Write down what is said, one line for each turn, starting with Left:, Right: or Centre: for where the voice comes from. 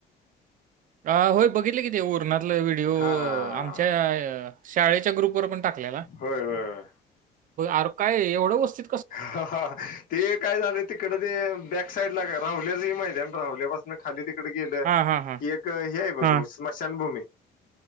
Right: अ होय बघितले किती उरणातला व्हिडिओ
Left: हा
Right: आमच्या शाळेच्या ग्रुपवर पण टाकलेला
Left: होय होय
Right: अरे काय एवढं वस्तू
Left: हा हा ते काय झालं, तिकडे ते बॅक साईड ला का राहुल याच ह मैदान राहल्यापस खाली तिकड गेलं
Right: हां, हां, हां.
Left: की एक हे आहे बघ
Right: हां.
Left: स्मशानभूमी